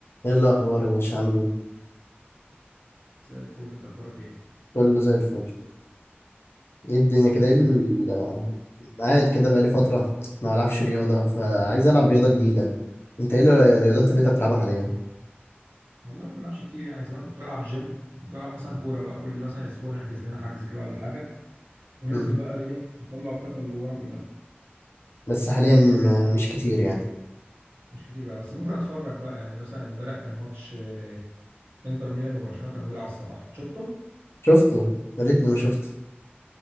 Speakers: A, on the left; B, on the right.
A: ايه الاخبار يا باشا عامل ايه
B: مساء الفل انت اخبارك ايه
A: كله زي الفل ايه الدنيا كده
B: كله
A: ايه ال-
B: تمام
A: قاعد كده بقالي فتره ما العبش رياضه فعايز العب رياضه جديده انت ايه الرياضات اللي انت بتلعبها حاليا
B: والله ما بلعبش كتير يعني زمان كنت بلعب جيم كنت بلعب مثلا كوره بقى كل مثلا اسبوع نحجز لنا حجز كده ولا حاجه وننزل
A: مم.
B: بقى ايه نطلع الطاقه اللي جوانا كلها
A: بس حاليا مش كتير يعني
B: مش كتير بقى بس ممكن اتفرج بقى يعني مثلا امبارح كان ماتش آه، انتر ميلان وبرشلونه كان ولع الصراحه شفته
A: شفته يا ريتني ما شفته